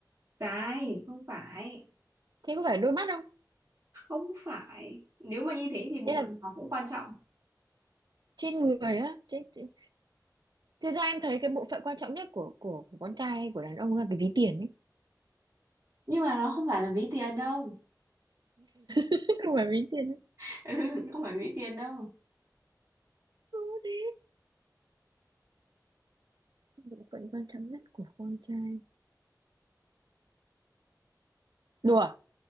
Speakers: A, on the right; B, on the right.
A: Sai, không phải.
B: thế có phải đôi mắt không
A: Không phải. Nếu mà như thế thì bộ
B: thế là
A: phận nào cũng quan trọng.
B: trên người á trên, trên... thực ra em thấy cái bộ phận quan trọng nhất của của, của con trai của đàn ông là cái ví tiền ấy
A: Nhưng mà nó không phải là ví tiền đâu.
B: <laughs> chứ không phải ví tiền ấy
A: <laughs> Ừ, không phải ví tiền đâu.
B: Ừ, thế bộ phận quan trọng nhất của con trai đùa